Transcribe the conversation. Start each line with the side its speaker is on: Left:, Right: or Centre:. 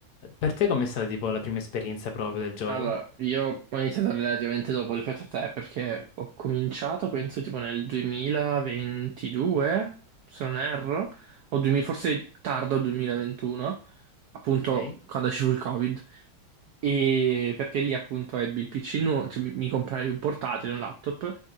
Left: Per te com'è stata tipo la prima esperienza proprio del gioco?
Right: Allora, io ho iniziato relativamente dopo rispetto a te perché ho cominciato, penso, tipo nel 2022, se non erro, o 2000 forse tardo 2021, appunto
Left: Ok?
Right: quando ci fu il Covid. E perché lì appunto ebbi il PC, nu- cioè, mi, mi comprai un portatile, un laptop